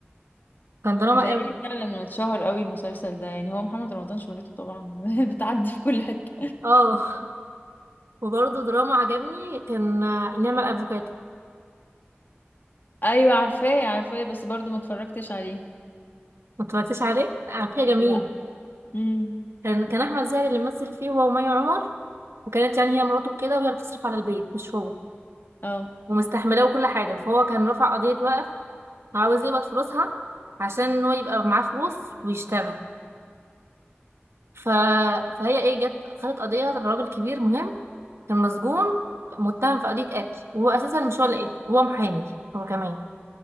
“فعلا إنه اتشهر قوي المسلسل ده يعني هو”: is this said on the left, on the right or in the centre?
Left